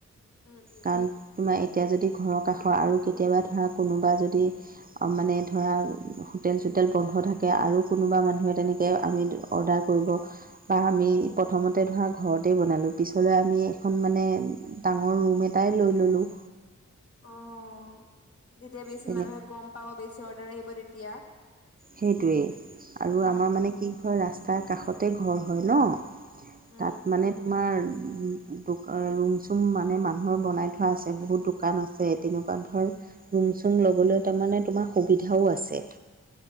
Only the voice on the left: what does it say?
উম
অ' যেতিয়া বেছি
মানুহে গম ল, বেছি অৰ্ডাৰ আহিব তেতিয়া
উম
উম